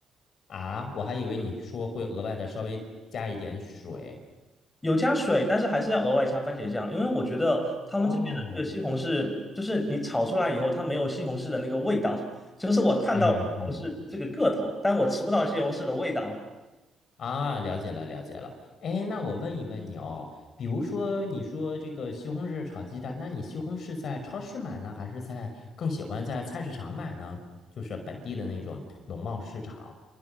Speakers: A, on the left; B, on the left.
A: 啊，我还以为你说会额外的稍微加一点水。
B: 有加水，但是还是要额外加番茄酱，因为我觉得他们这边的这个西红柿，
A: 哦，
B: 就是你炒出来以后，它没有西红柿的那个味道。<laughs> 就是我看到了西红柿这个个头，
A: 嗯嗯，
B: 但我吃不到西红柿的味道。
A: 啊，了解了了解了。哎，那我问一问你哦，比如说你说这个西红柿炒鸡蛋，那你西红柿在超市买呢，还是在更喜欢在菜市场买呢？就是本地的那种农贸市场。